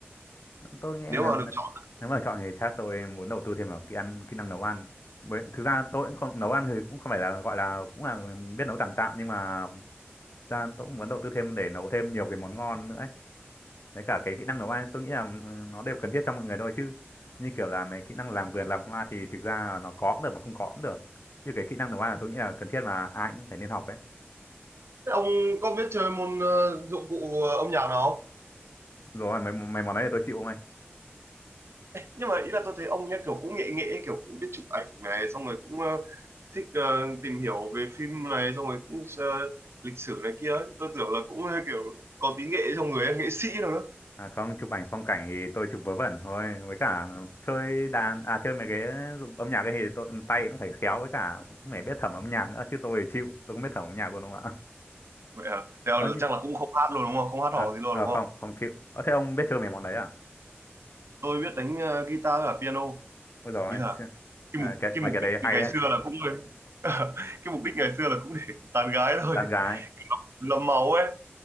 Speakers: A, on the left; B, on the right.
A: tôi nghĩ
B: nếu
A: nếu
B: mà được chọn
A: nếu mà chọn thì chắc tôi muốn đầu tư thêm vào kỹ ăn kỹ năng nấu ăn Bởi, thực ra tôi cũng không nấu ăn thì cũng không phải là gọi là cũng là biết nấu tạm tạm nhưng mà thực ra tôi cũng muốn đầu tư thêm để nấu thêm nhiều cái món ngon nữa ấy. Đấy cả cái kỹ năng nấu ăn tôi nghĩ là ừ, nó đều cần thiết cho mọi người thôi chứ như kiểu là mấy kỹ năng làm vườn làm hoa thì thực ra là nó có cũng được mà không có cũng được chứ cái kỹ năng nấu ăn là tôi nghĩ là cần thiết mà ai cũng phải nên học ấy
B: Thế ông có biết chơi môn ờ, dụng cụ ờ, âm nhạc nào không
A: rồi mấy mấy món đấy thì tôi chịu
B: nhưng mà ý là tôi thấy ông nhá kiểu cũng nghệ nghệ kiểu cũng biết chụp ảnh này xong rồi cũng ờ, thích ờ, tìm hiểu về phim này xong rồi cũng ờ, lịch sử này kia ấy. tôi tưởng là cũng ờ, kiểu có tí nghệ trong người ấy, nghệ sĩ đâu
A: À không, chụp ảnh phong cảnh thì tôi chụp vớ vẩn thôi, với cả chơi đàn à chơi mấy cái dụng âm nhạc ấy thì tôi tay cũng phải khéo với cả cũng phải biết thẩm âm nhạc nữa chứ tôi thì chịu, tôi không biết thẩm âm nhạc luôn đúng không ạ?
B: vậy à thế là
A: <laughs> Ơ nhưng
B: chắc là cũng không hát luôn đúng không không hát
A: ờ
B: hò gì luôn
A: ờ,
B: đúng
A: không,
B: không
A: không chịu. Ờ thế ông biết chơi mấy món đấy à?
B: tôi biết đánh ờ, guitar và piano
A: Ôi giời ơi,
B: ý là
A: xì-
B: cái
A: à,
B: mục
A: cái
B: cái
A: mấy
B: mục
A: cái
B: đích
A: đấy hay
B: ngày
A: đấy,
B: xưa là cũng <laughs> cái mục đích ngày xưa là cũng để tán gái thôi
A: đàn gái.
B: lấm máu ấy